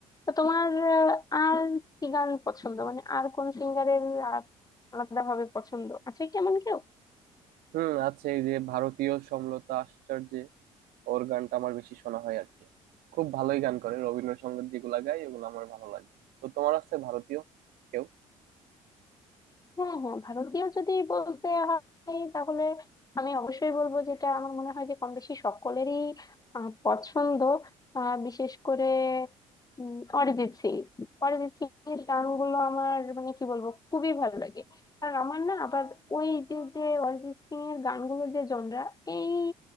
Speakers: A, on the left; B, on the right.
A: তো তোমার আহ, আর কি গান পছন্দ মানে আর কোন সিঙ্গারের আলাদা ভাবে পছন্দ আছে কেমন কেউ
B: হুম আছে এই যে ভারতীয় সমলতা আশ্চর্যে ওর গানটা আমার বেশি শোনা হয় আর কি খুব ভালোই গান করে রবীন্দ্রসঙ্গীত যেগুলা গায় ওগুলো আমার ভালো লাগে তো তোমার আছে ভারতীয় কেউ
A: হ্যাঁ হ্যাঁ ভারতীয় যদি বলতে হয় তাহলে আমি অবশ্যই বলবো যেটা আমার মনে হয় যে কম বেশি সকলেরই আহ, পছন্দ আহ, বিশেষ করে উম, অরিজিৎ সিং অরিজিৎ সিং এর গানগুলো আমার মানে কি বলবো খুবই ভালো লাগে কারণ আমার না আবার ওই যে যে অরিজিৎ সিং এর গানগুলোর যে জনরা এই